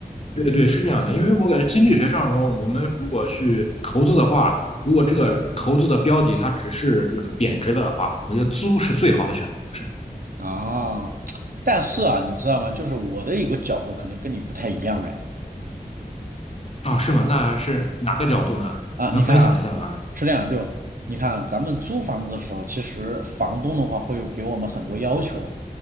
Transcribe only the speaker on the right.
啊，但是啊，你知道吗？就是我的一个角度可能跟你不太一样哎，
啊，
你看啊。是这样，就你看啊，咱们租房子的时候，其实房东的话会给我们很多要求，